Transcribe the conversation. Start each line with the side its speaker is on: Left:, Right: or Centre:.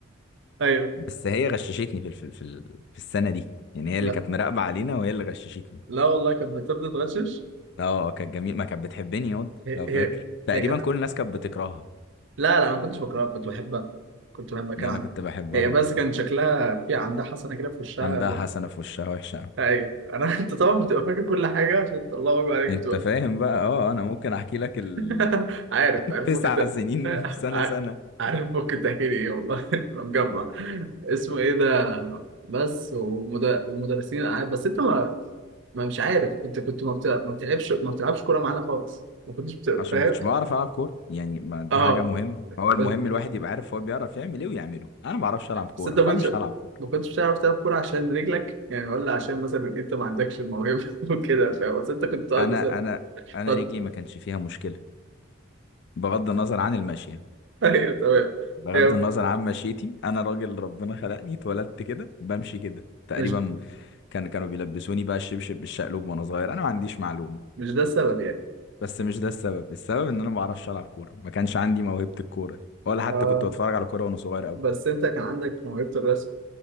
Right: ايوه
Left: بس هي غششتني في الف- في ال- في السنة دي يعني هي
Right: لا
Left: اللي كانت مراقبة علينا وهي اللي غششتني
Right: لا والله كانت بتبدا تغشش
Left: اه كانت جميل ما كانت بتحبني ياض
Right: هي
Left: لو
Right: هي
Left: فاكر تقريبا
Right: هي كانت
Left: كل الناس كانت بتكرهها
Right: لا لا انا ما كنتش بكرهها كنت بحبها كنت بحبها كان
Left: ان انا
Right: عندها
Left: كنت بحبها
Right: هي بس
Left: برضو
Right: كان شكلها في عندها حسنه كده في وشها
Left: عندها حسنة في وشها وحشة أوي.
Right: ايوه انا <laughs> انت طبعا بتبقى فاكر كل حاجه عشان الله اكبر عليك
Left: انت
Right: بتبقى
Left: فاهم بقى اه انا ممكن احكي لك ال...
Right: <laughs> عارف
Left: <laughs>
Right: عارف
Left: تسع
Right: ممكن ت...
Left: سنين في سنة
Right: ع-
Left: سنة
Right: عارف ممكن تحكي لي ايه والله <laughs> انا مجمع اسمه ايه ده بس ومد... ومدرسين قاعد- بس انت ما... ما مش عارف كنت كنت ما, بت... ما بتلعبش ما بتلعبش كوره معانا خالص ما كنتش بت...
Left: عشان
Right: فاهم
Left: ما كنتش بعرف العب كوره يعني ما دي
Right: اه
Left: حاجه مهم هو المهم
Right: بس...
Left: الواحد يبقى عارف هو بيعرف يعمل ايه ويعمله انا ما بعرفش العب كوره
Right: بس انت
Left: فمش
Right: ما كنتش
Left: هلعب كورة.
Right: ما كنتش بتعرف تلعب كوره عشان رجلك يعني ولا عشان مثلا انت ما عندكش الموهبه <laughs> وكده فاهم بس انت كنت تقعد
Left: انا
Right: مثلا
Left: انا انا
Right: تقعد-
Left: رجلي ما كانش فيها مشكله بغض النظر عن المشيه
Right: <laughs> ايوه تمام
Left: بغض
Right: يعني
Left: النظر عن مشيتي انا راجل ربنا خلقني اتولدت كده بمشي كده تقريبا
Right: مش
Left: كان كانوا بيلبسوني بقى الشبشب بالشقلوب وانا صغير انا ما عنديش معلومه
Right: مش ده السبب يعني
Left: بس مش ده السبب السبب ان انا ما بعرفش العب كوره ما كانش عندي موهبه الكوره دي ولا حتى
Right: اه
Left: كنت بتفرج على كوره وانا صغير قوي
Right: بس انت كان عندك موهبة الرسم